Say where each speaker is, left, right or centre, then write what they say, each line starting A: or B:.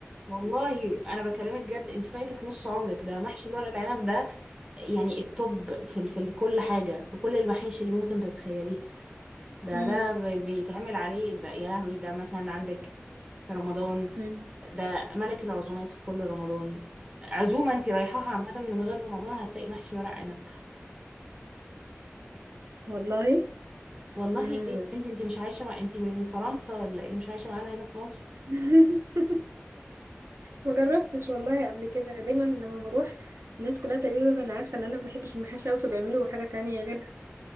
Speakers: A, on the right; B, on the right.
A: والله انا بكلمك جد انت فايتك نص عمرك ده محشي الورق العنب ده يعني التوب في ال- في ال- كل حاجه في كل المحاشي اللي ممكن تتخيليها ده
B: مم.
A: ده ب- بيتعمل عليه ده يا لهوي ده مثلا عندك في رمضان
B: مم.
A: ده ملك العزومات في كل رمضان عزومه انت رايحاها عامه من غير رمضان هتلاقي محشي ورق عنب
B: والله
A: والله
B: مم.
A: ايه يا بنتي انتي مش عايشة مع انتي من فرنسا ولا ايه مش عايشة معانا هنا في مصر
B: <laughs> ما جربتش والله قبل كده دايما لما بروح الناس كلها تقريبا انا عارفه ان انا ما بحبش المحاشي قوي فبيعملوا حاجه تانية غيرها